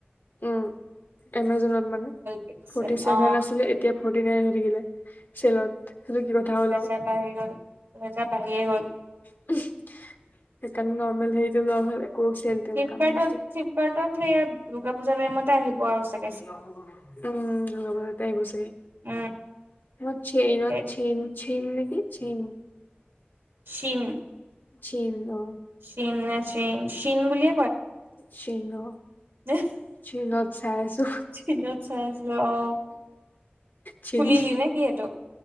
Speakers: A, on the left (about 55°); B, on the right (about 70°).
A: উম এমাজনত মানে
B: পিক্সেল
A: ফৰ্টি চেভেন
B: অ
A: আছিল এইট এতিয়া ফৰ্টি নাইন হৈ থাকিলে চেলত সেইটো কি কথা হ'ল
B: তাছত
A: আও
B: আহি গ'ল তাছত আহিয়ে গ'ল
A: সেইকাৰণে নৰ্মেল হেৰিটো নৰ্মেল আকৌ চেল তেল
B: ফ্লিপকাৰ্টত
A: কাম নাই
B: ফ্লিপকাৰ্টত সেই দুৰ্গা পূজা টাইমতে আহিব আৰু চা
A: উম দূৰ্গা পূজাতে আহিব চাগে
B: উম
A: মই চেইনত
B: তে
A: চেইন চেইন নেকি চেইন
B: চীন
A: চিম অ
B: চীম নে চেইম চিম বুলি
A: চিম অ
B: <unintelligible>
A: চিনত চাই চাইছো
B: চিনত চাই আছিলি অ
A: চিনি
B: খুলিলি নে কি সেইটো